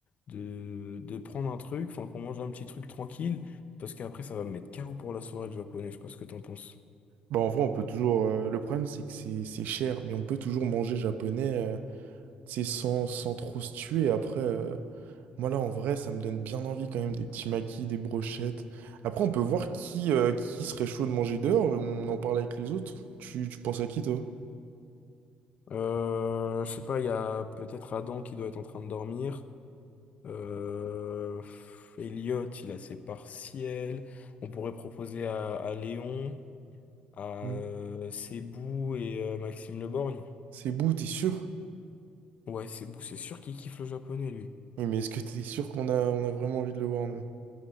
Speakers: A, on the left; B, on the right.
A: de, de prendre un truc, enfin, qu'on mange un petit truc tranquille, parce qu'après, ça va me mettre carreau pour la soirée de japonais, je sais pas ce que t'en penses.
B: Bah, en vrai, on peut toujours. euh, le problème, c'est que c'est c'est cher, mais on peut toujours manger japonais, euh, tu sais, sans, sans trop se tuer. Après. euh, Moi là en vrai ça me donne bien envie quand même des petits maquis, des brochettes. Après on peut voir qui, euh, qui serait chaud de manger dehors et on en parle avec les autres. Tu, tu penses à qui toi?
A: Euh, je sais pas, il y a peut-être Adam qui doit être en train de dormir. Euh, pff, Elliot, il a ses partiels. On pourrait proposer à, à Léon, à euh,
B: Mm.
A: Sebou et euh, Maxime Leborgne.
B: Sebou, t'es sûr?
A: Ouais, c'est bou- c'est sûr qu'il kiffe le japonais, lui.
B: Oui mais est-ce que t'es sûr qu'on a, on a vraiment envie de le voir nous?